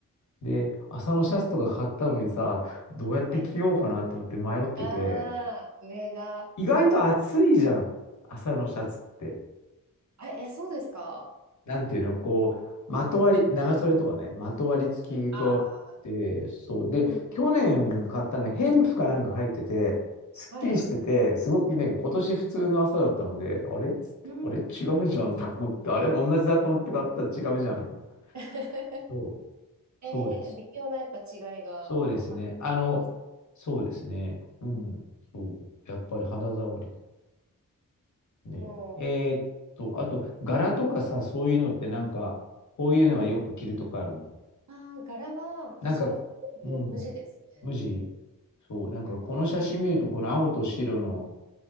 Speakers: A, on the left; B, on the right.
A: で、朝のシャツとか買ったのにさ、どうやって着ようかなと思って迷ってて、
B: はい。ああ、上が、
A: 意外と暑いじゃん。朝のシャツって。
B: あ、え、そうですか。
A: なんていうの、こう、まとわり、長袖とかね、まとわり付きがあって、
B: ああ
A: そう。で、
B: ー、うん
A: 去年買ったのは、
B: うんうん。
A: ヘンプかなんか入ってて、すっきりしてて、
B: はい。
A: すごくいいんだけど、今年普通の朝だったので、あれっつって、
B: うん。
A: あれ違うじゃんと思って、
B: うん
A: あれ同じだと思って買ったら違うじゃんみたいな。
B: <laughs>
A: そう、
B: えー微妙なやっぱ違いが分かるんでね。
A: そうです。そうですね。あの、そうですね。うん、そう。やっぱり肌触り。ね。
B: も
A: えーっと、あと、柄とかさ、そういうのってなんか、こういうのはよく着るとかあるの
B: う、ああ、柄は私はほとんど無地ですね。
A: なんか、うん、無地そう、なんかこの写真見ると、
B: うん。
A: この青と白の